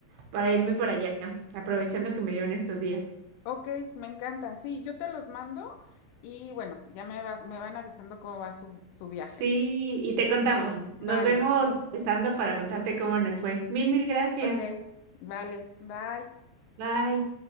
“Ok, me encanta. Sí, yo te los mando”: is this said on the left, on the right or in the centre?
Left